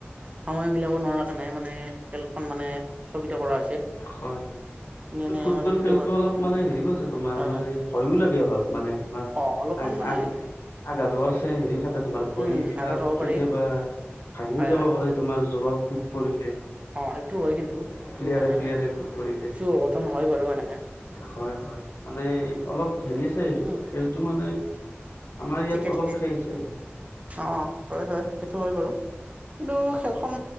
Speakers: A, on the right; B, on the left.
A: সময় মিলাব নোৱাৰা কাৰণে মানে খেলখন মানে স্থগিত কৰা হৈছে।
B: হয় হয় কিন্তু
A: এনে
B: ফুটবল
A: মানে কেতিয়াবা
B: খেলতো অলপ মানে হেৰিও আছে তোমাৰ
A: হয়
B: মানে
A: হয়
B: ভয়ো লাগে অলপ মানে তোমাৰ,
A: অ' অলপমান
B: আগ
A: মানে,
B: আগ আঘাত হোৱাৰছে হেৰি থাকে তোমাৰ ভৰি
A: উম
B: বিলাক
A: আগত হ'ব
B: কেতিয়াবা
A: পাৰি
B: ভাঙিও
A: হয়
B: যাব
A: হয় হয়
B: পাৰে। তোমাৰ জোৰত কোব পৰিলে।
A: অ' সেইটো হয় কিন্তু। সেইটো
B: প্লিয়াৰে
A: মানে
B: প্লিয়াৰে কোব পৰিলে।
A: কিছু অঘটন হয় বাৰু এনেকে
B: হয় হয় মানে অলপ হেৰি আছে।
A: উম
B: খেল টো মানে আমাৰ ইয়াত
A: ঠিকে ঠিকে
B: অলপ হেৰি আছে।
A: অ' অ হয় হয়, সেইটো হয় বাৰু, কিন্তু খেলখন